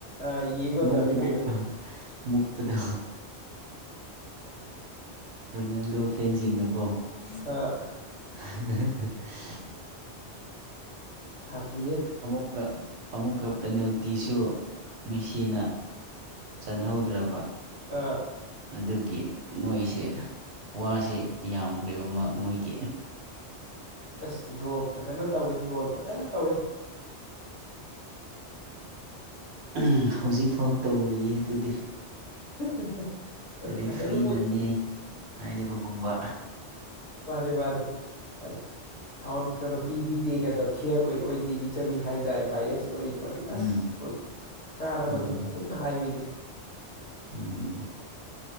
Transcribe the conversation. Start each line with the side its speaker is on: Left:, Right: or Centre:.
Left: ꯑ ꯌꯦꯡ ꯉꯝꯗꯕꯅꯤ
Right: ꯃꯨꯛ ꯃꯨꯛ
Left: ꯀꯩꯅꯣ
Right: ꯃꯨꯛꯄꯗ ꯔꯣꯅꯥꯟꯗꯣꯁꯨ ꯐꯦꯟꯁꯤꯡꯅꯀꯣ
Left: ꯑꯥ
Right: <inaudible>
Left: ꯁꯥꯊꯤꯌꯦ
Right: ꯑꯃꯨꯛꯀ ꯑꯃꯨꯛꯀ ꯄꯦꯅꯥꯜꯇꯤꯁꯨ ꯃꯦꯁꯤꯅ ꯆꯥꯟꯍꯧꯗ꯭ꯔꯕ
Left: ꯑꯥ
Right: ꯑꯗꯨꯒꯤ ꯃꯣꯏꯁꯦ ꯋꯥꯁꯤ ꯌꯥꯝꯈ꯭ꯔꯦꯕ ꯃꯣꯏꯒꯤ
Left: ꯑꯁ ꯕ꯭ꯔꯣ ꯐꯖꯅ ꯇꯧꯏ ꯇ꯭ꯔꯣꯜ ꯐꯖꯅ ꯇꯧꯏ
Right: ꯎꯝ ꯍꯧꯖꯤꯛ ꯐꯥꯎ ꯇꯧꯔꯤ ꯑꯗꯨꯗꯤ
Left: <inaudible> ꯑꯗꯨ
Right: ꯔꯦ
Left: ꯀꯁ
Right: ꯐ꯭ꯔꯤꯅꯅꯦ
Left: ꯑꯗꯨꯕꯨ
Right: ꯍꯥꯏꯔꯤꯕꯒꯨꯝꯕ
Left: ꯃꯅꯦ ꯃꯥꯗꯦ ꯀꯩꯅꯣ ꯐꯥꯎ ꯀꯩꯅꯣ ꯄꯤꯕꯤꯗꯦ ꯀꯩꯇꯧ ꯐꯤꯌꯔ ꯑꯣꯏ ꯑꯣꯏꯗꯦ ꯃꯤ ꯆꯪꯕꯤ ꯈꯥꯏꯗꯏ ꯕꯥꯥꯏꯁ ꯑꯣꯏ ꯈꯣꯠꯂꯤ
Right: ꯎꯝ
Left: ꯑꯁ ꯀꯥꯔꯕꯗꯣ
Right: ꯎꯝ
Left: ꯑꯗꯨꯝ ꯍꯥꯏꯕꯤꯅꯤ
Right: ꯎꯝ